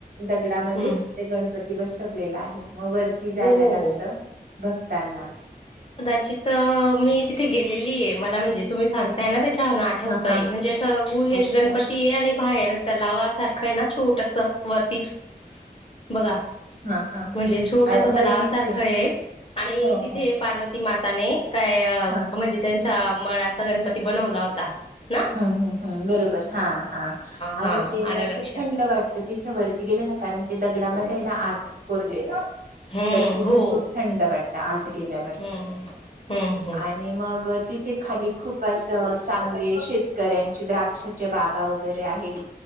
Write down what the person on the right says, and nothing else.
दगडामध्येच
ते गणपती बसवलेला आहे. मग वरती जायला
लागतं भक्तांना.
हा हा
अच्छा
हा हा
आ वरतीच
हो
हो
हा
हं हं हं बरोबर हा हा आणि
ते
असं
थंड वाटतं तिथे वरती गेल्या कारण ते दगडामध्ये ना आत कोरलेलं,
तर तिथं
खूप थंड वाटतं आत गेल्यावर
आणि मग ति ते खाली खूप असं चांगले शेतकऱ्यांची द्राक्षाच्या बागा वगैरे आहेत.